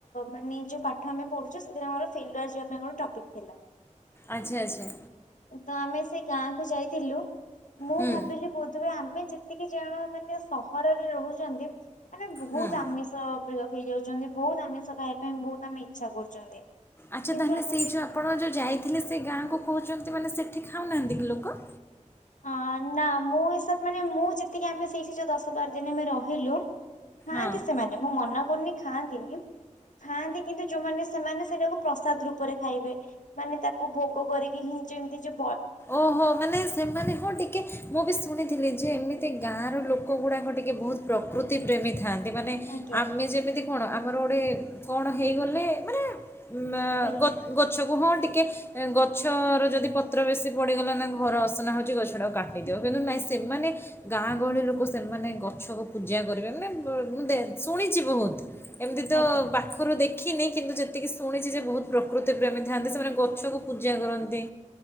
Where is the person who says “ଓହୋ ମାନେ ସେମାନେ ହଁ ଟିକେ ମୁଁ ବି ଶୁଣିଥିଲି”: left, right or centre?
Left